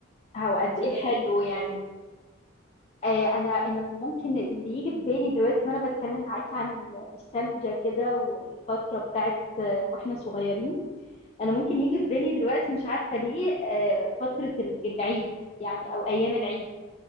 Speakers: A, on the left; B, on the right.
A: هو قد
B: انت
A: ايه
B: بقى ايه
A: حلو يعني
B: ذكرياتك؟
A: آه انا انا ممكن اللي يجي في بالي دلوقتي وانا بتكلم معاكي عن النوستالجيا كده والفترة بتاعت آه واحنا صغيرين انا ممكن يجي في بالي دلوقتي مش عارفة ليه آه فترة ال- العيد يعني او ايام العيد